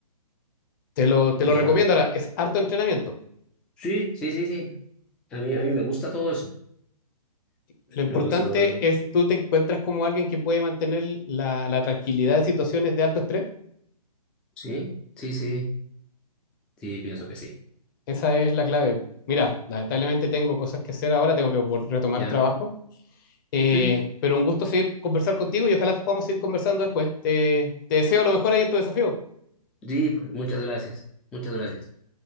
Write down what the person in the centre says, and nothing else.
Y ya.
Sí, sí, sí, sí. A mí, a mí me gusta todo eso.
Me gusta todo eso.
Sí, sí, sí. Sí, pienso que sí.
Ya.
Ujú.
Sí, pues, muchas gracias. Muchas gracias.